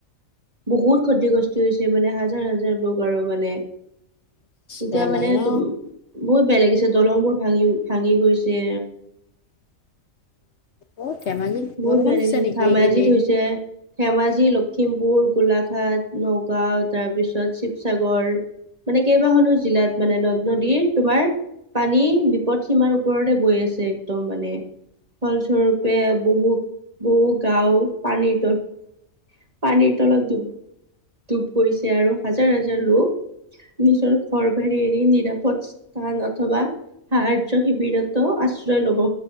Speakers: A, on the right; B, on the left.
A: বহুত ক্ষতিগ্ৰস্ত- তি হৈছে মানে, হাজাৰ হাজাৰ লোক আৰু মানে, এতিয়া
B: বেয়া লাগে
A: মানে
B: ন
A: তুম- বহুত বেয়া লাগিছে, দলং বোৰ ভাঙি ভাঙি গৈছে।
B: অ ধেমাজিত
A: বহুত
B: বৰষুণ
A: বেয়া
B: দিছে
A: লাগিলে,
B: নেকি
A: ধেমাজিত
B: এইকেইদিন?
A: হৈছে। ধেমাজি, লখিমপুৰ, গোলাঘাট, নগাঁও তাৰপিছত শিৱসাগৰ- মানে কেইবাখনো জিলাত মানে, নদ-নদীৰ তোমাৰ পানী বিপদ- সীমাৰ ওপৰতে বৈ আছে একদম মানে, ফলস্বৰূপে বহু- বহু গাঁও পানীৰ তল- পানীৰ তলত ডুব, ডুব গৈছে আৰু হাজাৰ হাজাৰ লোক। নিজৰ ঘৰ-বাৰী এৰি নিৰাপদ স্থান অথবা- সাহায্য শিবিৰটো আশ্ৰয় ল'ব,